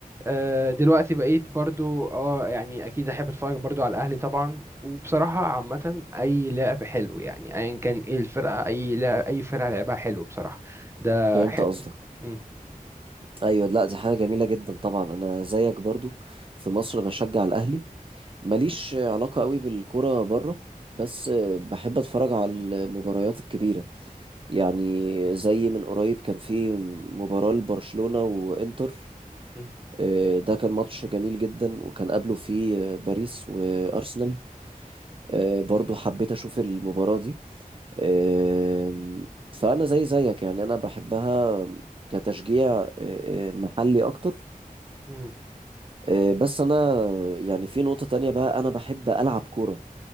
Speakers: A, on the right; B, on the right.
A: آه، دلوقتي بقيت برضو اه يعني اكيد احب اتفرج برضو على الاهلي طبعا وبصراحه عامه اي لعب حلو يعني ايا كان ايه الفرقه اي لعب اي فرقه لعبها حلو بصراحه ده
B: فهمت
A: حلو
B: قصدك
A: مم.
B: ايوه لا دي حاجه جميله جدا طبعا انا زيك برضو في مصر بشجع الاهلي ماليش علاقه قوي بالكوره بره بس بحب اتفرج على المباريات الكبيره يعني زي من قريب كان في مباراه لبرشلونه وانتر
A: مم.
B: آه، ده كان ماتش جميل جدا وكان قبله فيه باريس وارسنال آه، برضو حبيت اشوف المباراه دي أم، فأنا زي زيك يعني أنا بحبها كتشجيع أه، أه، محلي أكتر
A: مم.
B: أه، بس أنا يعني في نقطة تانية بقى أنا بحب ألعب كورة